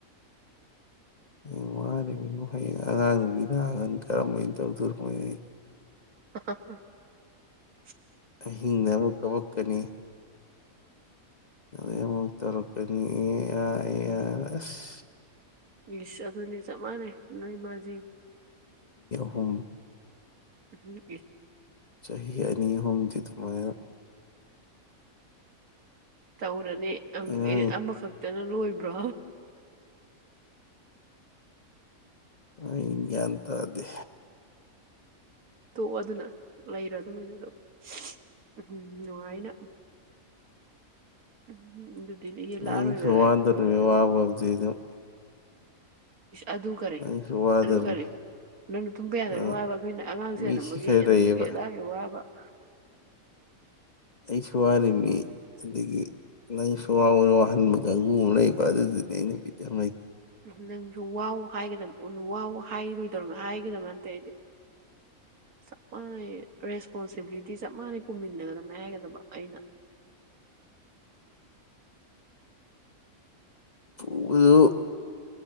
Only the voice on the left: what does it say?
ꯎꯝ <unintelligible> ꯍꯌꯦꯡ ꯑꯉꯥꯡ ꯅꯨꯕꯤ ꯂꯥꯛꯑꯒ ꯂꯥꯛꯑꯒ ꯀꯔꯝꯃꯦ ꯇꯧꯗꯨꯔꯃꯩ
ꯑꯍꯤꯡꯗ ꯑꯃꯛ ꯀꯄꯛ ꯀꯅꯤ ꯑꯗꯨꯗꯩ ꯑꯃꯨꯛ ꯇꯧꯔ ꯀꯅꯤ ꯑꯥꯏ ꯑꯥꯁ
ꯍꯨꯝ
ꯆꯍꯤ ꯑꯅꯤ ꯑꯍꯨꯝꯗꯤ ꯑꯗꯨꯃꯥꯢꯅ
ꯑꯉꯥꯡ
ꯑꯩ ꯒ꯭ꯌꯥꯟ ꯇꯥꯗꯦ
ꯅꯪꯁꯨ
ꯋꯥꯗꯣꯔꯤꯃꯤ
ꯋꯥꯕꯕꯨꯗꯤ ꯑꯗꯨꯝ
ꯅꯪꯁꯨ ꯋꯥꯗꯣꯔꯤꯃꯤ
ꯑꯗꯨꯅ
ꯃꯤ ꯁꯤ
ꯈꯔ
ꯂꯩꯌꯦꯕ
ꯑꯩꯁꯨ ꯋꯥꯔꯤꯃꯤ ꯑꯗꯒꯤ ꯅꯪꯁꯨ ꯋꯥꯎꯅ ꯋꯥꯍꯟꯕ ꯀꯥꯡꯕꯨ ꯀꯥꯡꯕꯨ ꯑꯃ ꯂꯩꯩꯕ ꯑꯗꯨꯗꯨꯅꯤ ꯑꯩ ꯅꯨꯄꯤꯗ ꯑꯝ
<unintelligible>